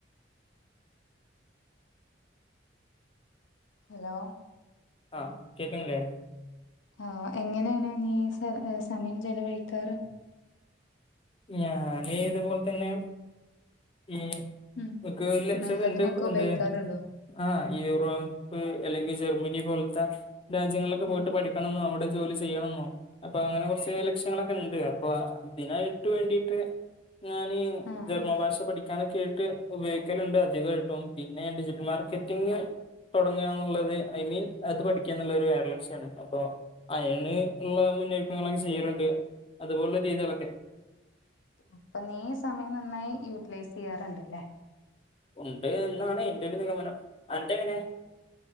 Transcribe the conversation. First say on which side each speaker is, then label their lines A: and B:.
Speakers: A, on the left (about 85°); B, on the left (about 30°).
A: ഹലോ
B: ആഹ് കേക്ക്ണില്ലേ.
A: ആ എങ്ങനെയാണ് നീ സ സമയം ചെലവഴിക്കാറ്
B: ഞാന് ഇതുപോലെതന്നെ ഈ
A: ഉം
B: ഇൻക്ക് ഒരു ലക്ഷ്യക്കണ്ട്
A: നല്ലതിനൊക്കെ
B: എന്ത്
A: ഉപയോഗിക്കാറുണ്ടോ
B: ആ യൂറോപ്പ് അല്ലെങ്കിൽ ജർമ്മനി പോൽത്തെ രാജ്യങ്ങളിലൊക്കെ പോയിട്ട്
A: ഉം
B: പഠിക്കണംന്ന് നമ്മു <unintelligible> ജോലി ചെയ്യണെന്നോ അപ്പൊ അങ്ങനെ കുറച്ച് ലക്ഷ്യങ്ങളൊക്കെ ഇണ്ട് അപ്പൊ വേണ്ടിട്ട് ഞാന്
A: ഉം
B: ജർമൻഭാഷ
A: ഉം
B: പഠിക്കാനൊക്കെ ട്ട് ഉപയോഗിക്കലണ്ട് അധികായിട്ടും പിന്നെ ഡിജിറ്റൽ മാർക്ക <unintelligible> തുടങ്ങാന്നുള്ളത് ഐ മീൻ അത് പഠിക്കാന്നുള്ളത് ഒരു വേറെലക്ഷ്യാണ് അപ്പൊ അയിന് <unintelligible> മുന്നൊരുക്കങ്ങളൊക്കെ ചെയ്യലുണ്ട് അതുപോലെ രീതികളൊക്കെ
A: അപ്പൊനീ സമയം നന്നായി യൂട്ടിലൈസ് ചെയ്യാറിണ്ടല്ലേ.
B: ഉണ്ട് എന്നാണ് എന്റെ ഒരു നിഗമനം. അന്റെ എങ്ങനെയാ?